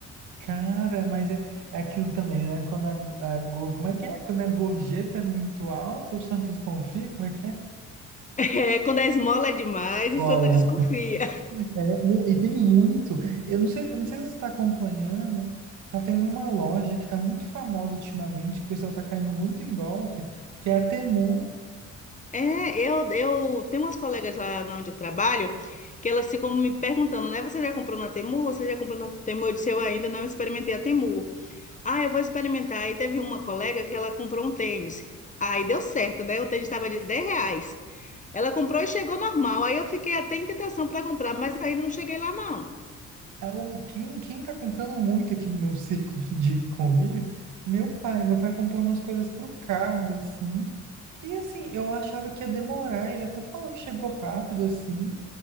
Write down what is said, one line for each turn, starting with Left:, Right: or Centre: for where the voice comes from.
Right: Cara, mas é, é aquilo também, né? Quando a, a, gor- como é que é? Quando a gorjeta é muito alta, o Santos confia, como é que é?
Left: É, quando a esmola é demais,
Right: Bola.
Left: o santo desconfia.
Right: É, não, e tem muito. Eu não sei, eu não sei se você está acompanhando. Tá tendo uma loja que tá muito famosa ultimamente, que o pessoal tá caindo muito em golpe, que é a Temu.
Left: É, eu, eu tenho umas colegas lá na onde eu trabalho que elas ficam me perguntando, né? Você já comprou na Temu? Você já comprou na Temu? Eu disse, eu ainda não experimentei a Temu. Ah, eu vou experimentar. Aí teve uma colega que ela comprou um tênis. Aí deu certo, né? O tênis estava de 10 reais. Ela comprou e chegou normal. Aí eu fiquei até em tentação para comprar, mas ainda não cheguei lá, não.
Right: a uma- Quem, quem tá comprando muito aqui no meu círculo <laughs> de convívio? Meu pai. Meu pai comprou umas coisas pro carro, assim. E assim, eu achava que ia demorar. Ele até falou que chegou rápido, assim.